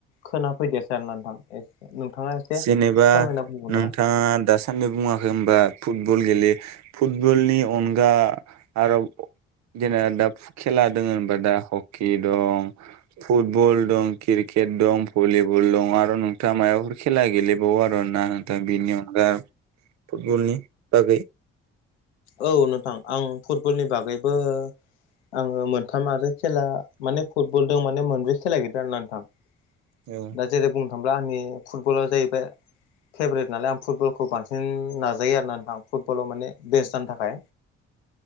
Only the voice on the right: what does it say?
जेनेबा
नोंथाङा
दासा दि बुङाखै होनबा फुटबल गेलेयो फुटबलनि अनगा आरो जेना दा खेला दङ होनबा दा हकि दं फुटबल दं क्रिकेट दं भलिबल दं आरो नोंथाङा माबाफोर खेला गेलेबावो आरोना नोंथां बिनि अनगा फुटबलनि बागै
ओं